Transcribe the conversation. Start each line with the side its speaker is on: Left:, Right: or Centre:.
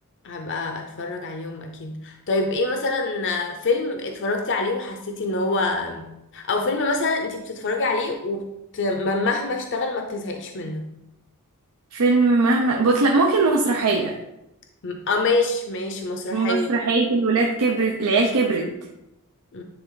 Left: هبقى اتفرج عليهم اكيد طيب ايه مثلا فيلم اتفرجتي عليه وحسيتي ان هو او فيلم مثلا انتي بتتفرجي عليه وبت... م- مهما اشتغل ما بتزهقيش منه
Right: فيلم مهما بص لا ممكن مسرحية
Left: م- اه ماشي ماشي مسرحية
Right: مسرحية الولاد كبرت العيال كبرت
Left: م- م.